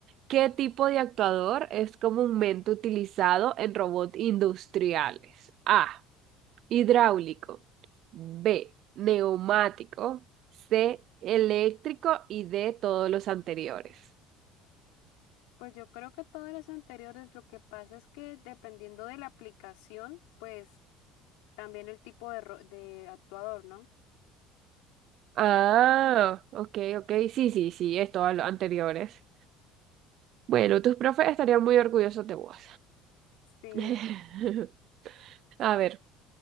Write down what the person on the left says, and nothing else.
Pues yo creo que todas las anteriores, lo que pasa es que dependiendo de la aplicación, pues también el tipo de, ro- de actuador, ¿no?
Sí,